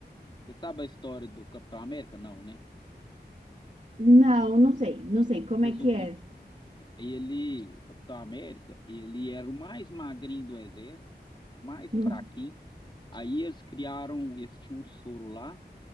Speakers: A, on the left; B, on the right.
A: Você sabe a história do Capitão América? Não, né?
B: Não, não sei. Não sei como
A: resumiu
B: é que é.
A: ele, o Capitão América, ele era o mais magrinho do exército, mais
B: Hum.
A: fraquinho. Aí eles criaram, eles tinham um soro lá,